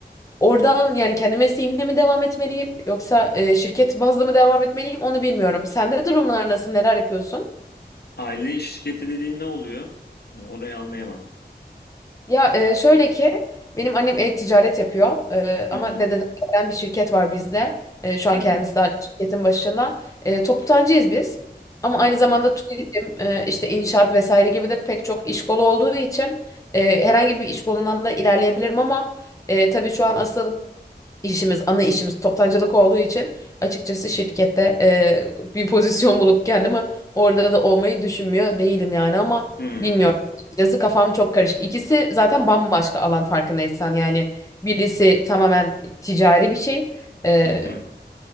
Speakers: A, on the left; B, on the left.
A: oradan yani kendi mesleğimle mi devam etmeliyim yoksa e, şirket bazlı mı devam etmeliyim onu bilmiyorum. Sende durumlar nasıl, neler yapıyorsun?
B: Aile şirketi dediğin ne oluyor? Orayı anlayamadım.
A: Ya e, şöyle ki benim annem e-ticaret yapıyor E, ama
B: Hı hı.
A: dededen gelen bir şirket var bizde. E, şu an
B: Hı
A: kendisi
B: hı.
A: de hala şirketin başında. E, toptancıyız biz. Ama aynı
B: Hı hı.
A: zamanda turizm, e, işte inşaat vesaire gibi de pek çok iş kolu olduğu için e, herhangi bir iş kolundan da ilerleyebilirim ama e, tabii şu an asıl işimiz, ana işimiz toptancılık olduğu için açıkçası şirkette e, bir pozisyon bulup kendimi orada da olmayı düşünmüyor değilim yani ama
B: Hı hı.
A: bilmiyorum. Açıkçası kafam çok karışık. İkisi zaten bambaşka alan farkındaysan yani birisi tamamen ticari bir şey, e,
B: Hı